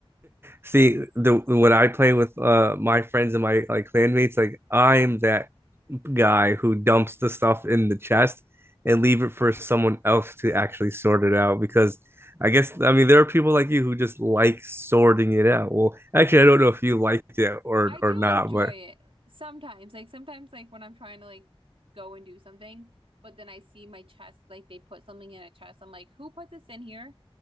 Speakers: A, on the right; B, on the right.
A: See, the when I play with uh my friends and my like clanmates, like I'm that guy who dumps the stuff in the chest and leave it for someone else to actually sort it out because I guess I mean there are people like you who just like sorting it out. Well, actually, I don't know if you liked it or
B: I do
A: or not,
B: enjoy
A: but
B: it sometimes. Like sometimes like when I'm trying to like go and do something, but then I see my chest, like they put something in a chest. I'm like, who put this in here?